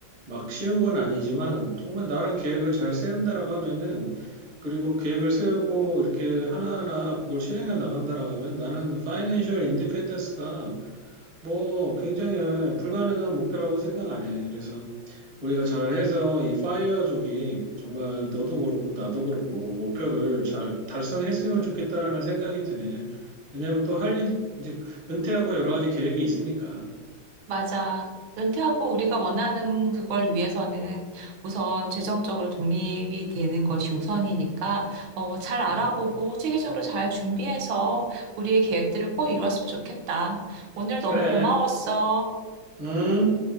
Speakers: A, on the right; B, on the right.
A: 막 쉬운 건 아니지만 정말 나름 계획을 잘 세운다라고 하면은 그리고 계획을 세우고 이렇게 하나하나 그걸 실행해 나간다라고 하면 나는 파이낸셜 인디펜던스가 뭐 굉장히 불가능한 목표라고 생각 안 해. 그래서 우리가 잘해서 이 파이어족이 정말 너도 그렇고 나도 그렇고 목표를 잘 달성했으면 좋겠다라는 생각이 드네. 왜냐하면 또 할 일 이제 은퇴하고 여러 가지 계획이 있으니까.
B: 맞아. 은퇴하고 우리가 원하는 그걸 위해서는 우선 재정적으로 독립이 되는 것이 우선이니까 어, 잘 알아보고
A: 음.
B: 체계적으로 잘 준비해서 우리의 계획들을 꼭 이뤘으면 좋겠다. 오늘 너무
A: 그래.
B: 고마웠어.
A: 응?